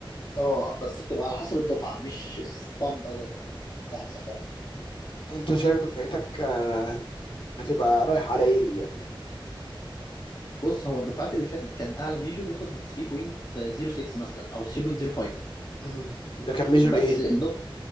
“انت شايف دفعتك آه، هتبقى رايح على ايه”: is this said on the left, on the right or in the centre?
Left